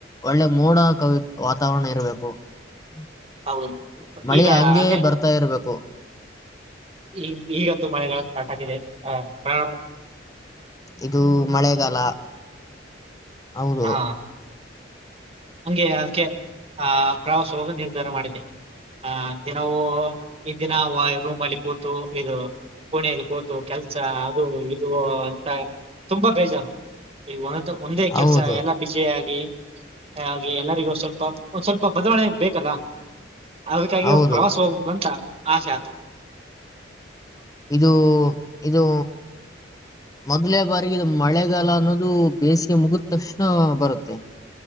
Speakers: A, on the left (about 20°); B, on the right (about 30°).
A: ಒಳ್ಳೆ ಮೋಡ ಕವಿ ವಾತಾವರಣ ಇರ್ಬೇಕು <inaudible>
B: ಹೌದು
A: ಮಳೆ
B: ಈಗ
A: ಹಂಗೆ
B: ಅದೇ
A: ಬರ್ತಾ ಇರ್ಬೇಕು
B: ಈ ಈಗಂತೂ ಮಳೆಗಾಲ ಸ್ಟಾರ್ಟ್ ಆಾಗಿದೆ ಹ
A: ಇದು ಮಳೆಗಾಲ ಹೌದು
B: ಹಾ ಹಂಗೆ ಅದಕ್ಕೆ ಆ ಪ್ರವಾಸ ಹೋಗ ನಿರ್ಧಾರ ಮಾಡಿದೆ ಹ ದಿನವು ಈ ದಿನ ರೂಮ್ ಅಲ್ಲಿ ಕೂತು ಇದು ಕೋಣೆದು ಕೂತು ಕೆಲ್ಸ ಅದು ಇದು ಅಂತ ತುಂಬಾ ಬೇಜಾರು ಈ ಒ ಒಂದೇ
A: ಹೌದು
B: ಕೆಲ್ಸ ಎಲ್ಲಾ ಬಿಜಿ ಆಗಿ ಹಾಗೆ ಎಲ್ಲರಿಗೂ ಸ್ವಲ್ಪ ಸ್ವಲ್ಪ ಬದಲಣೆ ಬೇಕಲ್ಲ ಅದಕ್ಕಾಗಿ
A: ಹೌದು
B: ಪ್ರವಾಸ ಹೋಗ್ಬೇಕದು ಅಂತ ಆಸೆ ಆತದೆ
A: ಇದು ಇದು ಮೊದಲೇ ಬಾರಿಗೆ ಇದು ಮಳೆಗಾಲ ಅನ್ನೋದು ದು ಬೇಸಿಗೆ ಮುಗಿದ ತಕ್ಷಣ ಬರುತ್ತೆ